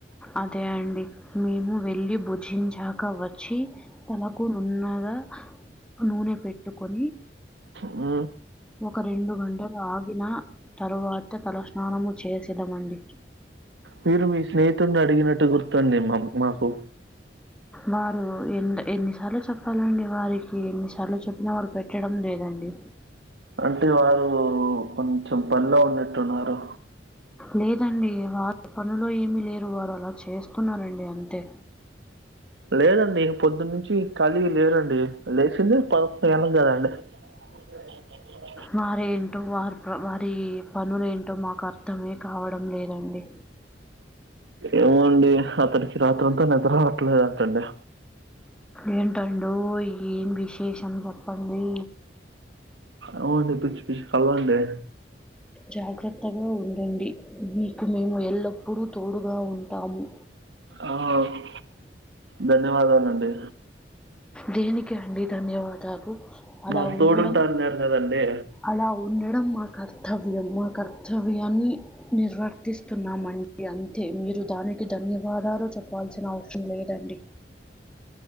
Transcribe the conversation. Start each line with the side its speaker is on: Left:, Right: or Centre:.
Centre: అదే అండి మేము వెళ్ళి భుజించాక వచ్చి తలకు నున్నగా నూనె పెట్టుకొని
Right: మ్
Centre: ఒక రెండు గంటలు ఆగిన తరువాత తలస్నానము చేసేదమండి
Right: మీరు మీ స్నేహితుడిని అడిగినట్టు గుర్తుండి మమ్ మాకు
Centre: వారు ఎ ఎన్నిసార్లు చెప్పాలండి వారికి ఎన్నిసార్లు చెప్పిన వారు పెట్టడం లేదండి
Right: అంటే వారు కొంచెం పనిలో ఉన్నట్టున్నారు
Centre: లేదండి వారు పనులో ఏమిలేరు వారు అలా చేస్తున్నారండి అంతే
Right: లేదండి పొద్దున్నుంచి ఖాళీ లేదండి లేసింది పదకొండు గంటలకి కదండి <inaudible>
Centre: వారేంటో వారి వారి పనులు ఏంటో మాకు అర్థమే కావడం లేదండి
Right: ఏమో అండి అతడినికి రాత్రంతా నిద్ర రావట్లేదంటండి
Centre: ఏంటడోమ్ ఏం విశేషం చెప్పండి
Right: అవు అండి పిచ్చి పిచ్చి కలలండి
Centre: జాగ్రత్తగా ఉండండి మీకు మేము ఎల్లప్పుడూ తోడుగా ఉంటాము
Right: ఆ అవును ధన్యవాదాలండి
Centre: దేనికి అండి ధన్యవాదాలు అలా
Right: మాకు
Centre: ఉండడం
Right: తోడుంటా అన్నారు కదండి
Centre: అలా ఉండడం మా కర్తవ్యం మా కర్తవ్యాన్ని నిర్వర్తిస్తున్నామండి అంతే మీరు దానికి ధన్యవాదాలు చెప్పాల్సిన అవసరం లేదండి